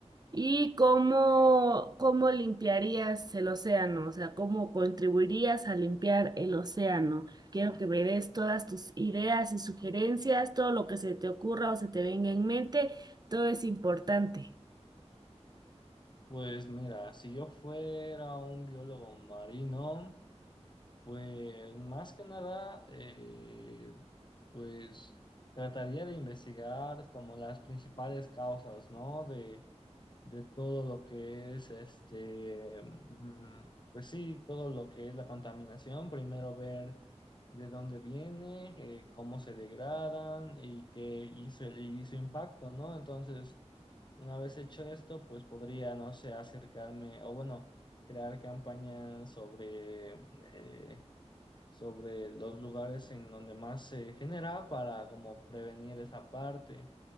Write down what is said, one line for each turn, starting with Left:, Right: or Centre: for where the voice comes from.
Right: y cómo, cómo limpiarías el océano, o sea, cómo contribuirías a limpiar el océano. Quiero que me des todas tus ideas y sugerencias, todo lo que se te ocurra o se te venga en mente, todo es importante.
Left: Pues mira, si yo fuera un biólogo marino, pues más que nada, eh, pues trataría de investigar como las principales causas, ¿no? De, de todo lo que es este, mm, pues sí, todo lo que es la contaminación. Primero ver de dónde viene, eh, cómo se degradan y qué hizo, y su impacto, ¿no? Entonces, una vez hecho esto, pues podría, no sé, acercarme o bueno, crear campañas sobre, eh, sobre los lugares en donde más se genera para como prevenir esa parte.